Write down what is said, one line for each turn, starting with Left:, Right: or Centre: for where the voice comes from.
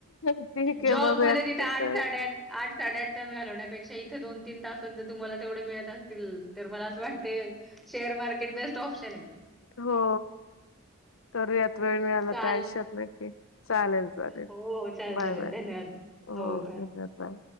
Left: ठीक आहे
Centre: जॉब
Left: बघूयात.
Centre: मधे तिथे आठ साडे आठ साडे आठ तास घालवण्यापेक्षा इथे दोन तीन तासात जर तुम्हाला तेवढे मिळत असतील तर मला असं वाटतेय शेअर मार्केट बेस्ट ऑप्शन आहे.
Left: हो करूयात वेळ मिळाला
Centre: चाल
Left: त्या आयुष्यात नक्की चालेल. बाय
Centre: हो हो चालेल चालेल
Left: बाय
Centre: धन्यवाद
Left: हो
Centre: बाय.
Left: धन्यवाद बाय.